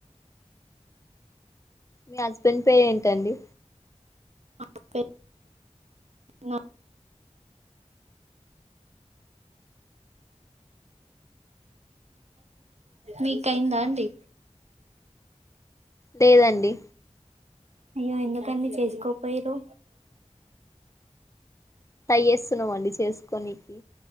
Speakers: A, on the left; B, on the right.
A: మీ హస్బెండ్ పేరెంటండి
B: <inaudible> నా మీకైందా అండి
A: లేదండి
B: అయ్యో ఎందుకండి చేసుకోపోయిరు
A: ట్రై చేస్తున్నమండి చేసుకోనికి